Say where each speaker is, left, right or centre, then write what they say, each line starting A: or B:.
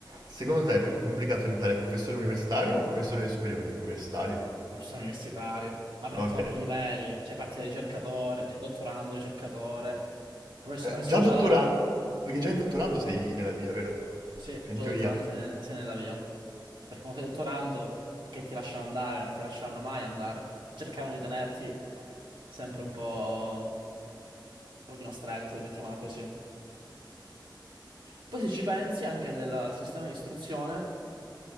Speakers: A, on the right (about 55°); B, on the right (about 85°).
A: secondo te è più complicato diventare professore universitario o professore delle superiori? Universitario.
B: Sono universitario, ma perché
A: Ah, Ok.
B: sono più livelli, cioè parti da ricercatore, cioè dottorando, ricercatore, professore
A: Eh,
B: associato,
A: già dottorando, perché già in dottorando sei nella via, vero?
B: sì,
A: Cioè
B: già
A: in teoria.
B: dottorando se ne, se ne va via. Perché quando sei dottorando, che ti lasciano andare, non ti lasceranno mai andare. Cercavano di tenerti sempre un po', un pochino stretto, mettiamola così. Poi se ci pensi, anche nel sistema di istruzione.